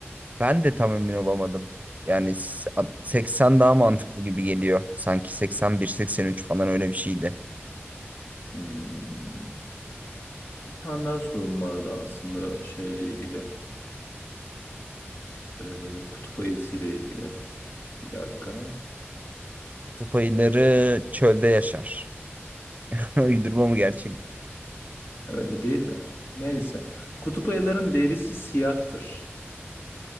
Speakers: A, on the right; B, on the left.
A: ben de tam emin olamadım. Yani s- a- 80 daha mantıklı gibi geliyor. Sanki 81-83 falan öyle bir şeydi.
B: Hmm. Bir tane daha sorum vardı aslında şeyle ilgili. Ee, kutup ayısı ile ilgili. Bir dakika.
A: Kutup ayıları çölde yaşar. <laughs> Uydurma mı gerçek?
B: Öyle değil de. Neyse. Kutup ayıların derisi siyahtır.